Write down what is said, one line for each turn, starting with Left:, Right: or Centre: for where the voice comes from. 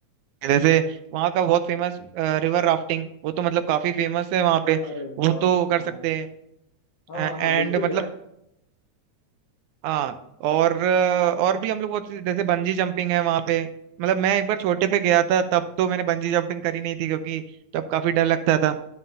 Right: जैसे वहाँ का बहुत फेमस रिवर राफ्टिंग वो तो मतलब काफी फेमस है वहाँ पे
Left: अरे
Right: वो
Left: वाह
Right: तो कर
Left: हाँ
Right: सकते हैं
Left: हाँ
Right: एंड
Left: हाँ हाँ बिल्कुल
Right: मतलब
Left: यार
Right: हाँ और अ, और भी हम लोग बहुत चीज़- जैसे बंजी जंपिंग है वहां पे मतलब मैं एक बार छोटे पे गया था तब तो मैंने बंजी जंपिंग करी नहीं थी क्योंकि तब काफी डर लगता था